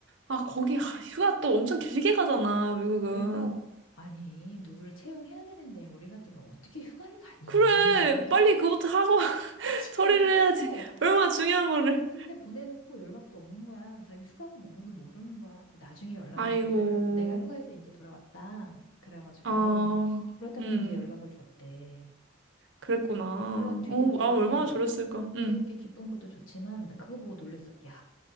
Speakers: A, on the right; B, on the left.
A: 아, 거기, 아, 휴가 또 엄청 길게 가잖아, 미국은.
B: 그래서 아니 누구를 채용해야 되는데 우리 같으면 어떻게 휴가를 가니?
A: 그래,
B: <laughs>
A: 빨리 그것도 하고 <laughs>
B: 그치?
A: 처리를
B: 근데
A: 해야지. 얼마나 중요한 거를.
B: 근데 보내놓고 연락도 없는 거야. 자기 휴가고 뭔 것도 모르는 거야. 나중에 연락이
A: 아이고,
B: 오기를 내가 휴가에서 이제 돌아왔다. 그래가지고
A: 아,
B: 그렇다면서
A: 음,
B: 이제 연락을 줬대.
A: 그랬구나.
B: 물론 뒤늦게
A: 어, 마음 얼마나 졸였을까. 음,
B: 뒤늦게 기쁜 것도 좋지만 그거 보고 놀랬어. 야,